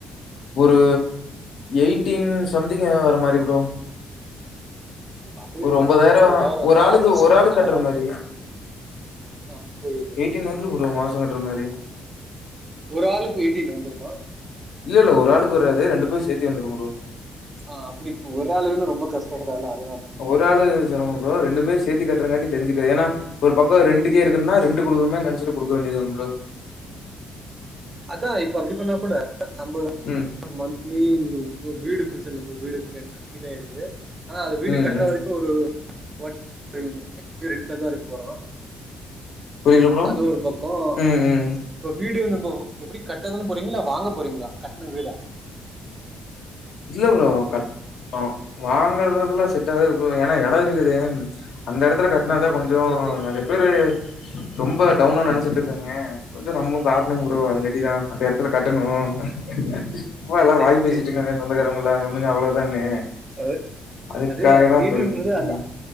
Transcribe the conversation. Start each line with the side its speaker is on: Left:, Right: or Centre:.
Left: ஒரு எயிட்டீன் சம்திங் வர மாரி ப்ரோ
Right: அப்பயு
Left: ஒரு ஒம்பதாயிர
Right: பரவால்ல ஐம்பதாயிரோ வந்தா
Left: ஒரு ஆளுக்கு
Right: அட்லீஸ்ட்
Left: ஒரு ஆளு
Right: ஆமா
Left: கட்ற
Right: முப்ப
Left: மாரி
Right: ஆமா புரியுது புரியுது
Left: எயிட்டீன் வந்துரும் ப்ரோ மாச கட்ற மாரி
Right: ஒரு ஆளுக்கு எய்டீன் வந்துருமா
Left: இல்ல இல்ல ஒரு ஆளுக்கு வராது ரெண்டு பேரு சேத்தே வந்துரும் ப்ரோ
Right: ஆ அப்டி ஒரு ஆளுக்குக்குன்னு ரொம்ப கஷ்டகிறால அதுனால
Left: ஒரு ஆளு சிரமோ ப்ரோ ரெண்டு பேர் சேத்தி கட்டுறன் காட்டி தெரி்சுக்கிறே ஏன்னா ஒரு பக்கோ ரெண்டுக்கே இருக்குன்னா ரெண்டு குடுக்குமே நெனச்சிட்டு குடுக்க வேண்டியதா ப்ரோ
Right: அதா இப்ப அப்டி பண்ணா கூட சம்ப
Left: ம்
Right: மந்த்லி வீடு <inaudible> பிரிச்சன இ வீடு ஆயிடுது ஆனா அது வீடு
Left: ம்
Right: கட்ற
Left: ம்
Right: வரைக் ஒரு <inaudible> வீட்ல தா இருக்க போறோ
Left: புரில ப்ரோ
Right: அது ஒரு பக்கோ
Left: ம் ம்
Right: இப்ப வீடு நம்போ எப்டி கட்டுதான்னே போறீங்கள இல்ல வாங்க போறீங்களா கட்ன வீடா
Left: இல்ல ப்ரோ கட் னு வாங்கறதுலா செட் ஆகுது ப்ரோ ஏனா எடம் இருக்குது அந்த எடத் துல கட்டினா தா கொஞ்சோ
Right: ஓ சேரி சேரி
Left: நெறைய பேரு ரொம்ப டவுனா நெனைச்சிட்டு இருக்காங்க கொஞ்சம் நம்ம ம் கட்னு ப்ரோ அது கட்டி தான் அந்த எடத்துல கட்டணும் சம்மா
Right: சேரி
Left: எல்லாம்
Right: சேரி
Left: வாய் பேசிட்டு
Right: சேரி
Left: இருக்காங்க சொந்தக்காரவங்கல்லா இவனுங்க அவ்ளோதான்னு
Right: அது
Left: அதுக்காக
Right: அதேதான்
Left: தா
Right: வீடுன்றது
Left: இப்ப இருக்கு
Right: அதா
Left: ம்